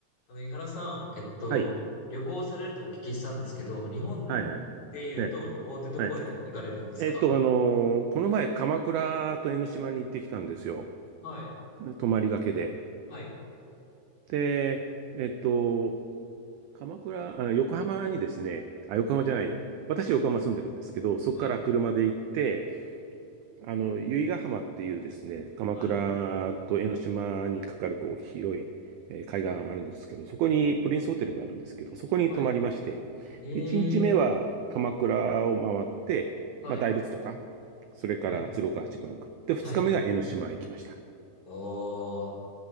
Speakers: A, on the left (about 55°); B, on the right (about 85°).
A: あの、井原さん、えっと、
B: はい。
A: 旅行されるとお聞きしたんですけど、日本で言うと旅行ってどこで行かれるんですか
B: はいはい。ね、はい。えっと、あのーこの前、鎌倉と江ノ島に行ってきたんですよ。
A: はい、
B: ね泊まりがけで。
A: はい、
B: で、えっと、鎌倉、あ、横浜にですね、あ、横浜じゃないや。私、横浜住んでるんですけど、そこから車で行って、
A: はい、
B: あの、由比ヶ浜っていうですね、鎌倉と江ノ島にかかるこう広い、
A: はい、
B: えー海岸あるんですけど、そこにプリンスホテルがあるんですけど、そこに泊まりまして、
A: はい。
B: で、1日目は鎌倉を回って、
A: ええはい、
B: まあ、大仏とか、それから鶴岡八幡宮。
A: はい、
B: で、2日目が江ノ島へ行きました。
A: はい。おー、